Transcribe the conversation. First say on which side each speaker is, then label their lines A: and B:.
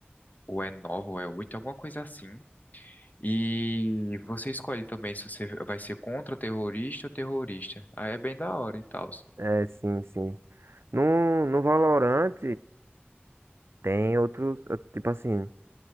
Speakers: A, on the left; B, on the right.
A: ou é nove, ou é oito, alguma coisa assim. E você escolhe também se você vai ser contra terrorista ou terrorista. Aí é bem da hora e tal.
B: é sim, sim. No, no Valorant tem outros, eh, tipo assim,